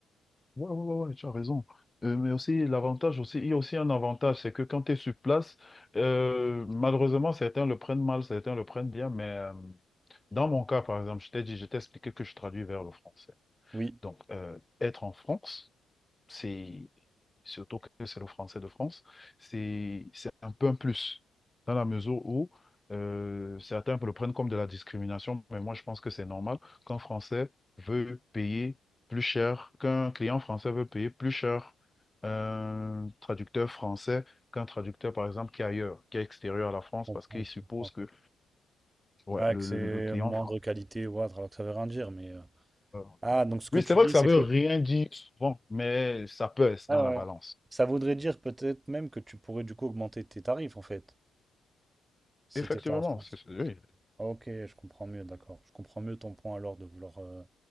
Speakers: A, on the left; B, on the right.
A: Ouais, ouais, ouais, ouais, tu as raison. Euh, mais aussi, l'avantage aussi, il y a aussi un avantage, c'est que quand tu es sur place, euh, malheureusement, certains le prennent mal, certains le prennent bien, mais euh, dans mon cas, par exemple, je t'ai dit, je t'ai expliqué que je traduis vers le français.
B: Oui,
A: Donc, euh, être en France, c'est surtout que c'est le français de France, c'est c'est un peu un plus, dans la mesure où euh, certains le prennent comme de la discrimination, mais moi je pense que c'est normal qu'un Français veut payer plus cher, qu'un client français veut payer plus cher un traducteur français qu'un traducteur, par exemple, qui est ailleurs, qui est extérieur à la France,
B: je comprends,
A: parce qu'il
B: je
A: suppose
B: comprends.
A: que ouais,
B: Ouais,
A: le,
B: que c'est
A: le- le client
B: moindre
A: français...
B: qualité ou autre, alors que ça veut rien dire. Mais... euh,
A: euh,
B: Ah,
A: euh.
B: donc ce que
A: Oui,
B: tu
A: c'est vrai
B: dis,
A: que ça
B: c'est
A: veut
B: que
A: rien dire souvent, mais ça pèse
B: Ah
A: dans la
B: ouais.
A: balance.
B: ouais. Ça voudrait dire peut-être même que tu pourrais du coup augmenter tes tarifs en fait, si
A: Effectivement,
B: tu étais en France.
A: c'est, c'est- oui,
B: Ah, Ok, je comprends mieux, d'accord. Je comprends mieux ton point alors de vouloir, euh,